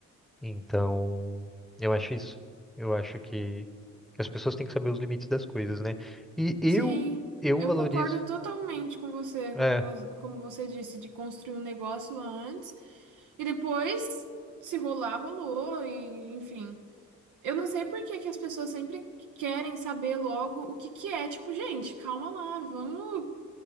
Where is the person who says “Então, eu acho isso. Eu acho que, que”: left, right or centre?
Centre